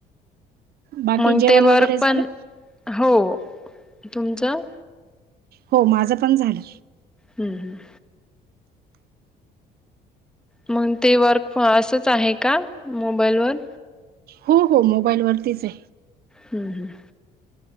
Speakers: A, on the right (about 65°); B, in the centre.
A: बाकी
B: मग
A: जेवण
B: ते वर्क
A: वगैरे झालं?
B: पण हो तुमचं
A: हो माझं पण झालं.
B: हम्म- हम्म. मंग ते वर्क फॉ असच आहे का मोबाईल वर?
A: हो, हो मोबाईल वरतीच ये.
B: हं, हं.